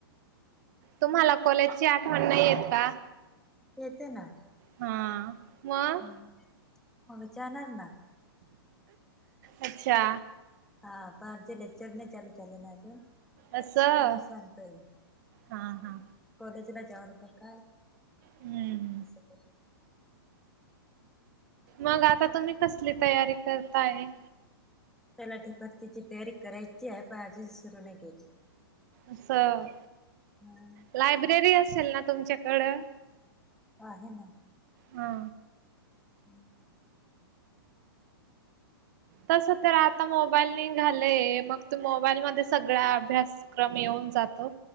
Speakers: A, on the right (about 50°); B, in the centre.
A: तुम्हाला कॉलेज ची आठवण नाही येत का?
B: येते ना.
A: हा, मग
B: हम्म, मग च्या नन्ना
A: अच्छा.
B: हा, पण आमचे लेक्चर नाही चालू झाले ना अजून.
A: असं
B: म्हणून सांगतेय.
A: हा हा
B: कॉलेजला जाऊन पण काय?
A: हम्म,
B: असं कर.
A: मग आता तुम्ही कसली तयारी करताय?
B: तलाठी भरतीची तयारी करायची आहे. पण अजून सुरू नाही केली.
A: असं
B: हम्म,
A: लायब्ररी असेल ना, तुमच्याकडं?
B: आहे ना.
A: हा.
B: हम्म.
A: तसं तर आता मोबाईल निघालय मग तू मोबाईल मध्ये सगळा अभ्यास क्रम येऊन जातो.